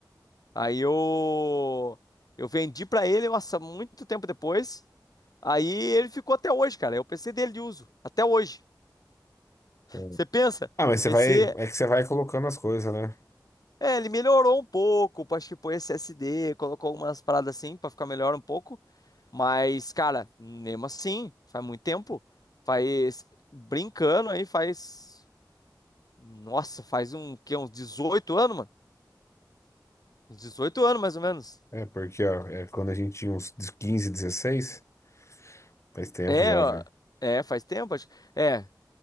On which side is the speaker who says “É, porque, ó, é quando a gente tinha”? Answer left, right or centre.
Left